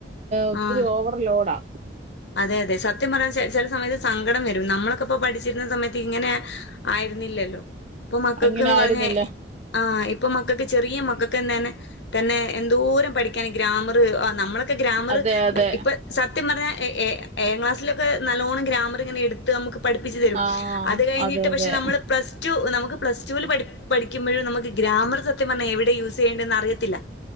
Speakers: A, on the right; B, on the left.
A: ഒത്തിരി
B: ആഹ്
A: ഓവർ ലോഡാ.
B: അതെ അതെ സത്യം പർഞാ ചെ ചെല സമയത്ത് സങ്കടം വരും ന്നമ്മളൊക്കപ്പൊ പഠിച്ചിര്ന്ന സമയത്ത് ഇങ്ങനെ ആയിരുന്നില്ലല്ലോ പ്പൊ മക്കൾക്ക്ന്ന്
A: അങ്ങനെ ആയിരുന്നില്ല
B: പർഞേ ആഹ് ഇപ്പൊ മക്കക്ക് ചെറിയേ മക്കക്കന്നേനേ തന്നെ എന്തൊരം പഠിക്കാന് ഗ്രാമറ് ആ ന്നമ്മള ക്ക ഗ്രാമറ്
A: അതെ അതെ
B: ഇപ്പ സത്യം പർഞാ എ ഏ ഏഴാം ക്ലാസ്സിലൊക്കെ നല്ലോണം ഗ്രാമറ് ങ്ങനെ എട് നമ്മുക്ക് പഠിപ്പിച്ചു തരും
A: ആഹ്
B: അത് കഴിഞ്ഞിട്ട്
A: അതെ
B: പക്ഷെ
A: അതെ
B: നമ്മള് പ്ലസ്ടു നമുക്ക് പ്ലസ്റ്റുവിൽ പഠി പഠിക്കുമ്പഴും ന്നമുക്ക് ഗ്രാമറ് സത്യം പർഞ്ഞാ എവടെ യൂസയ്യേണ്ടന്ന് അറിയത്തില്ല.